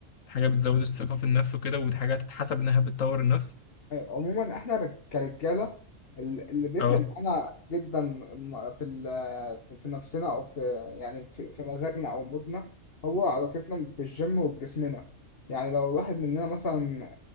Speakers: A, on the left (about 80°); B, on the left (about 50°).
A: حاجة بتزود الثقة في النفس وكده وحاجة تتحسب انها بتطور النفس
B: أيوة عموما إحنا رج- كرجالة ال- اللي بيفرق
A: اه
B: معانا جدا م- في ال- في في نفسنا أو في يعني في في مزاجنا أو مودنا هو علاقتنا بالجيم وبجسمنا يعني لو الواحد مننا مثلا